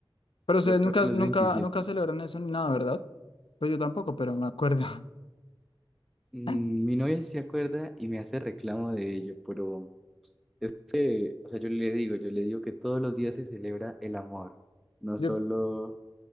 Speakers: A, on the left; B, in the centre.
A: Pero ustedes
B: Yo creo
A: nunca,
B: que los
A: nunca,
B: veintisiete
A: nunca celebran eso ni nada, ¿verdad? Pues yo tampoco, pero me acuerdo.
B: Mm,
A: <laughs>
B: Mi novia sí se acuerda y me hace reclamo de ello, pero es que, o sea, yo le digo, yo le digo que todos los días se celebra el amor, no
A: Yo,
B: solo